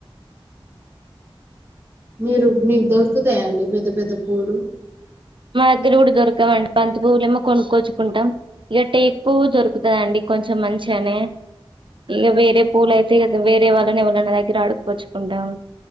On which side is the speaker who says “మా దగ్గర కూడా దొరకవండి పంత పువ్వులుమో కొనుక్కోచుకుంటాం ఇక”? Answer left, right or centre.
Right